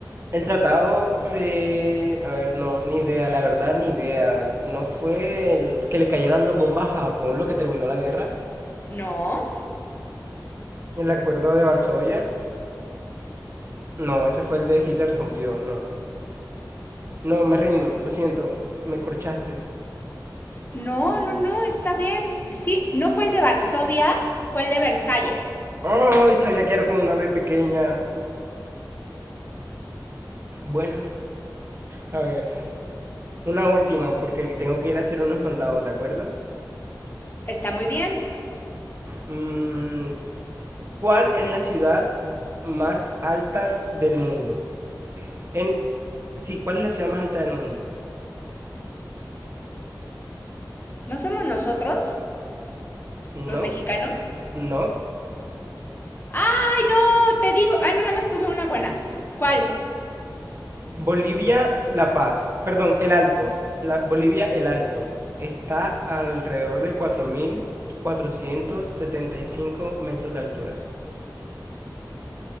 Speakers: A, on the right; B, on the left.
A: El tratado se... A ver, no, ni idea, la verdad, ni idea. ¿No fue el que le cayeran dos bombas a Japón lo que terminó la guerra?
B: No,
A: El acuerdo de Varsovia. No, ese fue el de Hitler rompió. No. No, me rindo. Lo siento. Me corchaste.
B: no, no, no, está bien. Sí, no fue el de Varsovia, fue el de Versalles.
A: ¡Oh! y Sabía que era con una B pequeña. Bueno. A ver. Una última, porque tengo que ir a hacer unos mandados, ¿de acuerdo?
B: Está muy bien.
A: Mm, ¿Cuál es la ciudad más alta del mundo? En... Sí, ¿cuál es la ciudad más alta del mundo?
B: ¿No somos nosotros,
A: No.
B: los mexicanos?
A: No.
B: ¡Ay, no! Te digo. Ah, no, nada más tuve una buena. ¿Cuál?
A: Bolivia, La Paz, perdón, El Alto, la, Bolivia, El Alto, está alrededor de cuatro mil cuatrocientos setenta y cinco metros de altura.